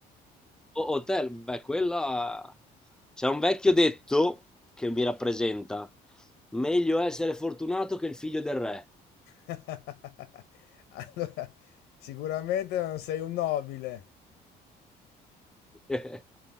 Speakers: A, in the centre; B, on the left.
A: O- Hotel, beh, quella... C'è un vecchio detto che mi rappresenta. Meglio essere fortunato che il figlio del re.
B: <laughs> Allora, sicuramente non sei un nobile.
A: <laughs>